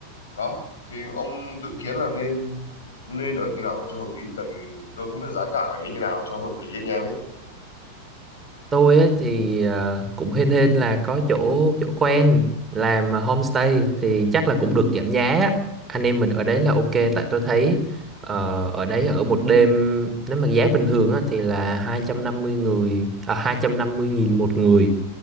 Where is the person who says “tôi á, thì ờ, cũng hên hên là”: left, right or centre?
Right